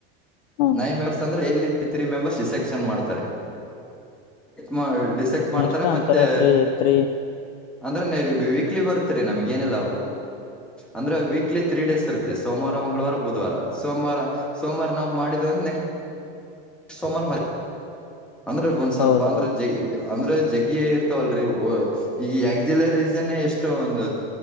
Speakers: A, on the left; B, in the centre.
A: ಹ್ಮ
B: ನೈನ್ ಮೆಂಬರ್ಸ್ ಅಂದ್ರೆ ಎ ತ್ರಿ ತ್ರಿ ಮೆಂಬರ್ಸ್ ಡಿಸೆಕ್ಷನ್ ಮಾಡತಾರೆ ಮಾಡ ಡಿಸೆಕ್ಟ್ ಮಾಡ್ತಾರ
A: ನೆಕ್ಸ್ಟ್ ಅಂಕರ
B: ಮತ್ತೆ
A: ತ್ರೀ ತ್ರೀ
B: ಅಂದ್ರೆ ವೀಕ್ಲಿ ಬರುತ್ತರೀ ನಮಗ ಏನಲ್ಲ ಅಂದ್ರೆ ವೀಕ್ಲಿ ತ್ರೀ ಡೇಸ್ ಇರುತ್ತೆ ಸೋಮ ಸೋಮವಾರ ಮಂಗಳವಾರ ಬುಧವಾರ ಸೋಮವಾರ ಸೋಮವಾರ ನಾವು ಮಾಡಿದ ನೆಕ್ಸ್ಟ್ ಸೋಮಾರ ಮ ಅಂದ್ರೆ ಒಂದ್ ಸ್ವಲ್ಪ
A: ಹೌದೌದು
B: ಅಂದ್ರೆ ಜೈ ಅಂದ್ರೆ ಜಗ್ಗಿಯ ಇರ್ತಾವಲ್ರರಿ ಈ ಎಕ್ಸಿಲ ರೀಸನ್ ಎಷ್ಟು ಒಂದ